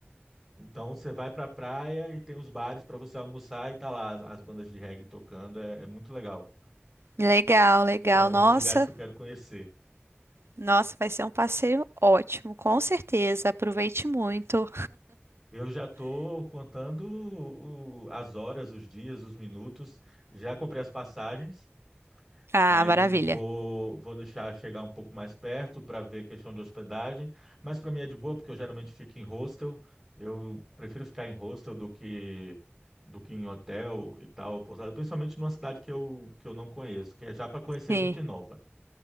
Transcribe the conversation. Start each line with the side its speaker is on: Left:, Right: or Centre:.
Centre: então você vai para a praia e tem os bares para você almoçar e tá lá as, as bandas de reggae tocando, é, é muito legal.
Right: Legal, legal.
Centre: É um
Right: Nossa,
Centre: dos lugares que eu quero conhecer.
Right: nossa, vai ser um passeio ótimo, com certeza. Aproveite muito.
Centre: Eu já estou contando o- as horas, os dias, os minutos. Já comprei as passagens.
Right: Ah,
Centre: Aí
Right: maravilha.
Centre: vou, vou deixar chegar um pouco mais perto para ver questão de hospedagem, mas para mim é de boa porque eu geralmente fico em hostel. Eu prefiro ficar em hostel do que do que em hotel e tal, pousada, principalmente numa cidade que eu, que eu não conheço, que é já para conhecer
Right: Sim.
Centre: gente nova.